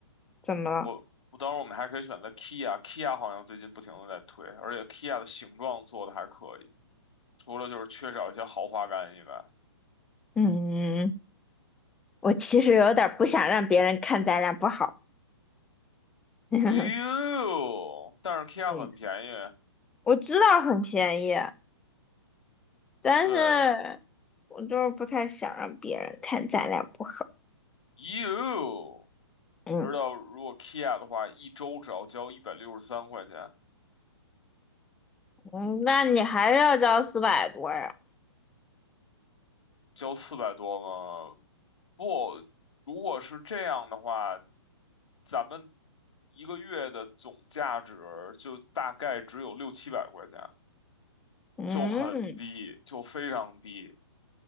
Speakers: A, in the centre; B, on the left (about 85°).
A: 怎么了？
B: 我，我当然我们还可以选择 Kia，Kia 好像最近不停的在推，而且 Kia 的形状做的还可以，除了就是缺少一些豪华感以外。
A: 嗯，我其实有点儿不想让别人看咱俩不好。<laughs>
B: 哎呦，但是 Kia
A: 嗯，
B: 很便宜，
A: 我知道很便宜，但是我就是不太想让别人看咱俩不好。
B: 对，哎呦，
A: 嗯
B: 你知道如果 Kia 的话，一周只要交一百六十三块钱，
A: 嗯，那你还是要交四百多呀？
B: 交四百多吗？不如果是这样的话，咱们一个月的总价值就大概只有六七百块钱，
A: 嗯
B: 就很低，就非常低，